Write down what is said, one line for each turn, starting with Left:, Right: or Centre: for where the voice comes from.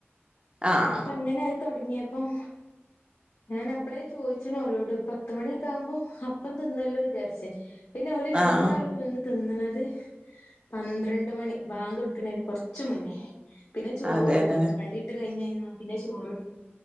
Right: ആഹ്
Left: അപ്പ അങ്ങന തുടങ്ങിയപ്പം ഞാൻ എപ്പളേ ചോദിച്ചനോല്ലോട്ട് പത്തുമണിയൊക്കെ ആകുമ്പോം അപ്പം തിന്നല്ലോ വിചാരിച്ച പിന്നെ ഓല് രണ്ടാളും
Right: ആഹ്
Left: വന്ന് തിന്നണത് പന്ത്രണ്ട് മണി ബാങ്ക് കൊടുക്കണന് കൊറച്ച മുന്നേ പിന്നെ ചോറ്
Right: അതെല്ലേ
Left: വണ്ടിരും പള്ളി ഇട്ട് കഴിഞ്ഞ കഴി പിന്നെ ചോറ്